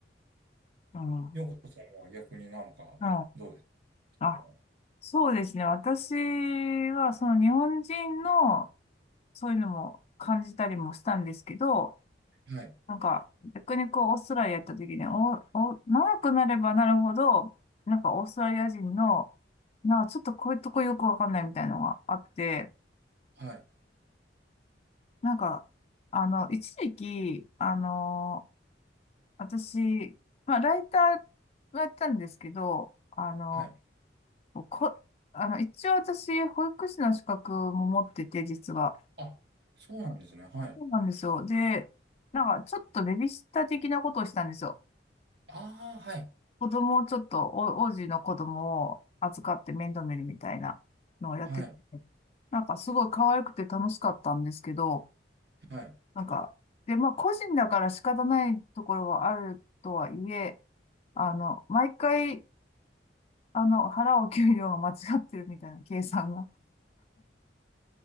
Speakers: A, on the left (about 35°); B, on the right (about 65°).
A: うん。は
B: よこさんは逆になんか、
A: い。
B: どうですその、
A: あ、そうですね。私は、その日本人の、そういうのも感じたりもしたんですけど、
B: はい。
A: なんか、逆にこう、オーストラリア行った時に、お、お、長くなればなるほど、なんかオーストラリア人の、なんかちょっとこういうとこよくわかんないみたいなのがあって、
B: はい。
A: なんか、あの、一時期、あの、私、まあ、ライターをやったんですけど、あの、
B: はい。
A: こ、あの、一応私、保育士の資格も持ってて、実は。
B: あ、そうなんですね。はい。
A: そうなんですよ。で、なんか、ちょっとベビーシッター的なことをしたんですよ。
B: ああ、はい。
A: 子供をちょっと、お、王子の子供を預かって面倒見るみたいなのをやってて、
B: はい。
A: なんか、すごい可愛くて楽しかったんですけど、
B: はい。
A: なんか、で、まあ、個人だから仕方ないところはあるとはいえ、あの、毎回、あの、払う給料が間違ってるみたいな計算が。